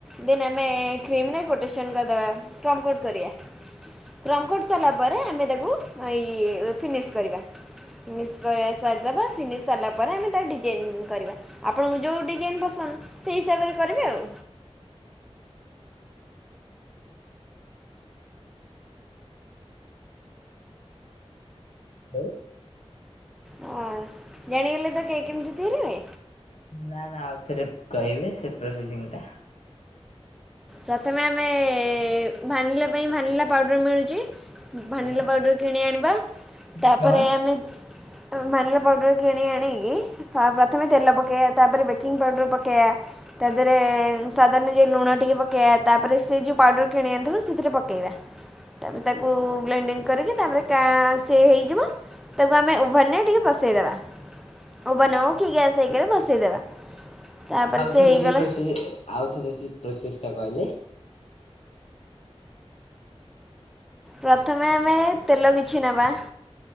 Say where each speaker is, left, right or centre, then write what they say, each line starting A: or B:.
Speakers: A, in the centre; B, on the left.
A: ଦେନ ଆମେ କ୍ରିମ ନାହିଁ କୋଟେସନ୍ କରିଦେବା ଫ୍ରମ କୋଟ କରିବା। ଫ୍ରମକୋଟ ସାରିଲା ପରେ ଆମେ ତାକୁ ଇ ଫିନିଶ କରିବା। ଫିନିଶ କରିବା ସାରିଦେବା ଫିନିଶ ସରିଲା ପରେ ଆମେ ତାଡି ଡିଜାଇନ କରିବା ଆପଣଙ୍କୁ ଯେଉଁ ଡିଜାଇନ୍ ପସନ୍ଦ ସେହି ହିସାବରେ କରିବେ ଆଉ।
B: ହଁ।
A: ହଁ ଜାଣିଗଲେ ତ କେକ କେମିତି ତିଆରି ହୁଏ।
B: ନା ନା ଆଉ ଥରେ କହିବେ ସେ ପ୍ରୋସେସିଂ ଟା।
A: ପ୍ରଥମେ ଆମେ ଭାନିଲା ପାଇଁ ଭାନିଲା ପାଉଡର ମିଳୁଛି। ଭାନିଲା
B: ହଁ
A: ପାଉଡ଼ର କିଣି ଆଣିବା
B: କେତେ
A: ତାପରେ
B: ଟଙ୍କା?
A: ଆମେ ଭାନିଲା ପାଉଡ଼ର କିଣି ଆଣିକି ପ ପ୍ରଥମେ ତେଲ ପକେଇବା, ତାପରେ ବେକିଂ ପାଉଡ଼ର ପକେଇବା। ତା ଦେହରେ ସ୍ୱାଦ ଅନୁଯାୟୀ ଲୁଣ ଟିକେ ପକେ ତାପରେ ସେ ଯୋଉ ପାଉଡ଼ର କିଣି ଆଣିଥିବ ସେଥିରେ ପକେଇବା। ତାପରେ ତାକୁ ବ୍ଲେଣ୍ଡିଙ୍ଗ କରିକି ତାପରେ କା ସେ ହେଇଯିବ। ତାକୁ ଆମେ ଓଭାନରେ ଟିକେ ବସେଇଦେବା। ଓଭାନ ହୋଉ କିି ଗ୍ୟାସ୍ ଆଇକାରେ ବସେଇଦେବା। ତାପରେ
B: ଆଉଥରେ
A: ହେଇଗଲା
B: ସେ ପ୍ରୋସେସ ଆଉଥରେ ସେ ପ୍ରୋସେସ ଟା କହିଲେ।
A: ପ୍ରଥମେ ଆମେ ତେଲ କିଛି ନେବା।